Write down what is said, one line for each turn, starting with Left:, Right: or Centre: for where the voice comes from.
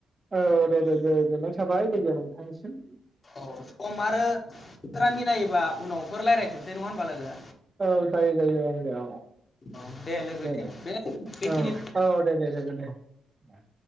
Right: औ दे दे दे गोजोननाय थाबाय लोगो नोंथांनिसिम
Left: औ सम आरो बिसोरा मिलायोबा उनावफोर रायज्लायफिननोसै नङा होनबा लोगो
Right: औ जायो जायो ओं दे औ।
Left: औ लोगो
Right: दे दे
Left: बे बेखिनि
Right: औ औ दे दे दे दे दे